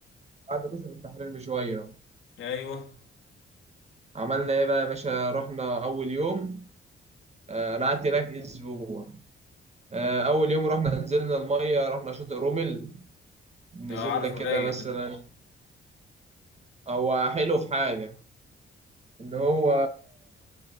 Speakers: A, on the right; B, on the left.
A: بعد كشر التحرير بشويه
B: أيوه
A: عملنا ايه بقى يا باشا رحنا اول يوم آه، انا قعدت هناك اسبوع آه، اول يوم رحنا نزلنا الميه رحنا شاطئ رومل نزلنا
B: ده عارفه
A: كده
B: رايق
A: مثلا
B: ده
A: هو حلو في حاجه ان هو